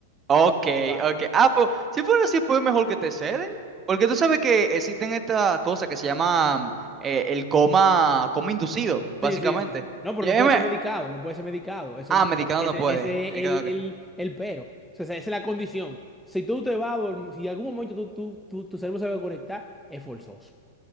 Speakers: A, on the right; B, in the centre.
A: Ok,
B: se va.
A: ok. Ah, pues, si fuera así, pues mejor que te ceden. Porque tú sabes que existen estas cosas que se llaman eh, el coma, coma inducido,
B: Sí,
A: básicamente.
B: sí, sí, sí. No, pero
A: Y
B: no
A: ahí
B: puede
A: me-
B: ser medicado, no puede ser medicado. Es
A: ah,
B: el,
A: medicado
B: ese,
A: no puede.
B: ese es
A: Medicado
B: el,
A: no
B: el,
A: que-
B: el pero. O sea, esa es la condición. Si tú te vas a dormir, si en algún momento tú, tú- tú- tu cerebro se va a conectar, es forzoso.